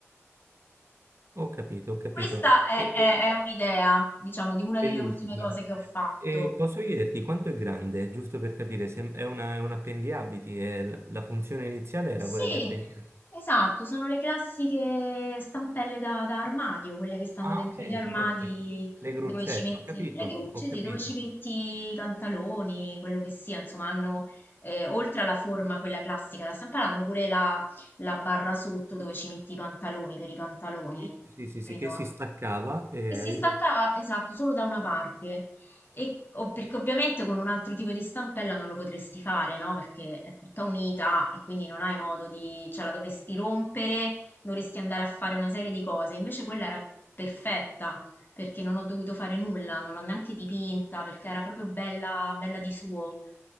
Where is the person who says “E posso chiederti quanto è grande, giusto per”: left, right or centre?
Right